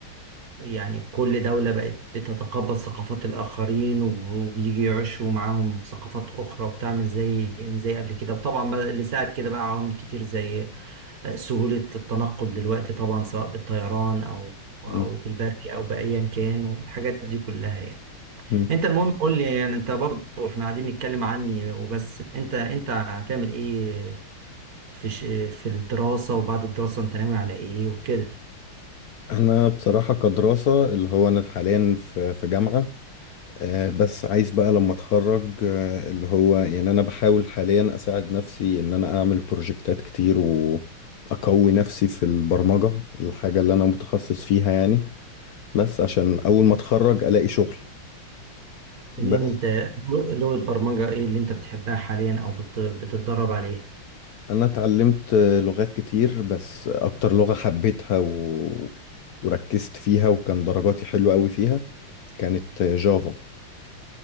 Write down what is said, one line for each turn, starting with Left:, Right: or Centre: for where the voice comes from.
Right: يعني كل دولة بقت بتتقبل ثقافات الآخرين وبيجي يعيشوا معاهم ثقافات أخرى وبتاع مش زي مش زي قبل كده وطبعا بقى اللي ساعد كده بقى عوامل كتير زي آه، سهولة التنقل دلوقتي طبعا سواء بالطيران أو أو
Left: م-
Right: بالبري أو بأيا كان والحاجات دي كلها يعني
Left: م-
Right: أنت المهم قول لي يعني أنت برضه إحنا قاعدين نتكلم عني وبس أنت أنت هتعمل إيه في ش- في الدراسة وبعد الدراسة أنت ناوي على إيه وكده
Left: أنا بصراحة كدراسة اللي هو أنا حاليا في في جامعة آه، بس عايز بقى لما اتخرج آه، اللي هو يعني انا بحاول حاليا اساعد نفسي ان انا اعمل بروجكتات كتير واقوي نفسي في البرمجة الحاجة اللي انا متخصص فيها يعني بس عشان اول ما اتخرج الاقي شغل
Right: تمام
Left: بس
Right: انت لغة برمجة ايه اللي انت بتحبها حاليا او بت- بتتدرب عليها
Left: انا اتعلمت آه، لغات كتير بس اكتر لغة حبيتها و... وركزت فيها وكان درجاتي حلوة قوي فيها كانت آه، جافا